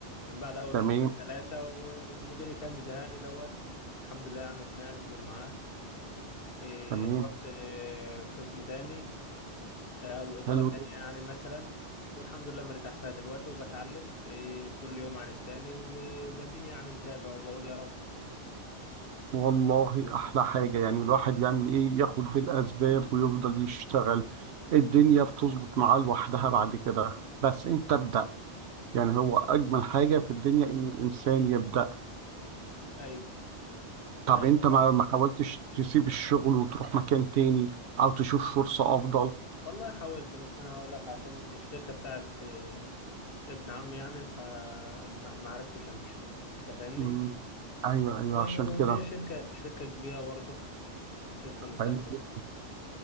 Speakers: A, on the left (about 55°); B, on the right (about 70°).
A: من بعد اول
B: تمام
A: شهرين ثلاثه والمدير كان مزهقني دوت الحمد لله يعني اتنقلت من معاه إيه
B: تمام
A: رحت إيه قسم تاني إيه، او اداره
B: حلو
A: تانية
B: جدا
A: يعني مثلا والحمد لله مرتاح فيها دلوقتي وبتعلم إيه كل يوم عن التاني و- واديني يعني متابع وبقول يا رب
B: والله احلى حاجه يعني الواحد يعمل ايه ياخد بالاسباب ويفضل يشتغل الدنيا بتظبط معاه لوحدها بعد كده بس انت ابدا يعني هو اجمل حاجه
A: <coughs>
B: في الدنيا ان الانسان يبدا
A: <clears throat> ايوه
B: طب
A: ايوه
B: انت
A: صح
B: ما ما حاولتش تسيب الشغل وتروح مكان تاني او تشوف فرصه افضل
A: والله حاولت بس انا هقول لك عشان الشركه بتاعت آه، ابن عمي يعني فما ما عرفتش امشي انت فاهمني
B: مم. ايوه ايوه
A: و-
B: عشان
A: وهي
B: كده
A: شركه شركه كبيره برضه شركه مساهمه
B: حلو جدا